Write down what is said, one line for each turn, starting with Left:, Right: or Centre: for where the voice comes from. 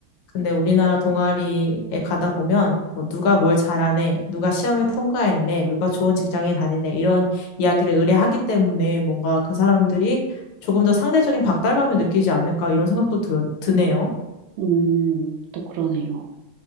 Left: 근데 우리나라 동아리에 가다 보면 뭐 누가 뭘 잘하네, 누가 시험을 통과했네, 누가 좋은 직장에 다니네 이런 이야기를 의뢰하기 때문에 뭔가 그 사람들이 조금 더 상대적인 박달감을 느끼지 않을까 이런 생각도 드, 드네요.
Right: 음, 또 그러네요.